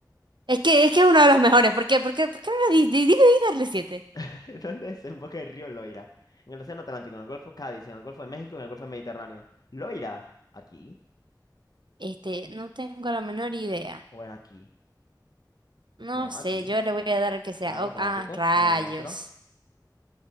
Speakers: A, on the right; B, on the left.
A: Es que, es que es uno de los mejores. ¿Por qué? ¿Por qué, por qué no le di, di- di, di darle siete?
B: <laughs> ¿Dónde desemboca el río Loira? En el Océano Atlántico, en el Golfo Cádiz, en el Golfo de México, en el Golfo Mediterráneo. ¿Loira? ¿Aquí?
A: Este, no tengo la menor idea.
B: ¿O era aquí?
A: No
B: No,
A: sé,
B: aquí.
A: yo le voy a dar el que sea.
B: Claro,
A: Oh,
B: Atlántico,
A: ah, rayos.
B: en el nuestro.